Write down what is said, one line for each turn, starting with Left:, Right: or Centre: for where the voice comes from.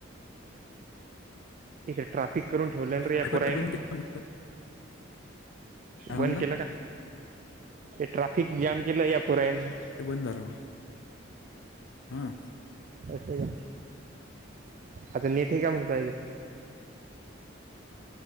Right: इथं ट्राफिक करून ठेवले रे या
Left: वायफाय
Right: पुरायने
Left: बंद केलं काय म्हणला
Right: बंद के का ट्रफिक जम केलं या पुरेने
Left: धर हा
Right: का आता नीटठी का म्हगतो आहेज